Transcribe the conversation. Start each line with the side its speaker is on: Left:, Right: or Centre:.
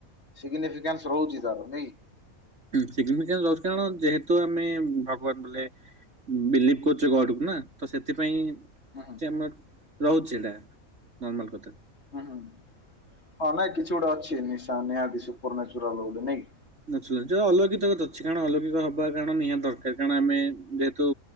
Left: ସିଗ୍ନିଫିକାନ୍ସ ରହୁଛି ତାର ନାଇଁ।
Right: ହିଁ ସିଗ୍ନିଫିକେନ୍ସ ରହୁଛି କାରଣ ଯେହେତୁ ଆମେ ଭଗବାନ ବୋଲେ ବିଲିଭ୍ କରୁଛେ ଗଡକୁ ନା ତ ସେଥିପାଇଁ।
Left: ହୁଁ ହୁଁ
Right: ସେ ଆମର ରହୁଛି ଏଇଟା ନର୍ମାଲ କଥା।
Left: ହୁଁ ହୁଁ ହଁ ନାଇଁ କିଛି ଗୋଟେ ଅଛି ନିଶା ନିହାତି ସୁପର ମ୍ୟାଚ୍ ର ଗୋଟେ ନାଇଁ କି।
Right: ନାଚୁରାଲ ଯେ ଅଲୌକିତକତ ଅଛି କାରଣ ଅଲୌକିକ ହବା କାରଣ ନିହାତି ଦରକାର କାରଣ ଆମେ ଯେହେତୁ।